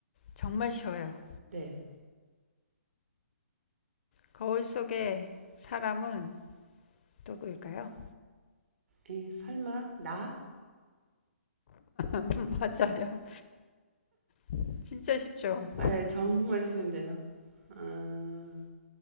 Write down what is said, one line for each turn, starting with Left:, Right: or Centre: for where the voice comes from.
Left: 정말 쉬워요.
Right: 네.
Left: 거울 속의 사람은 누구일까요?
Right: 이, 설마, 나?
Left: <laughs> 맞아요. <laughs> 진짜 쉽죠?
Right: 아, 예, 정말 쉬운데요. 아,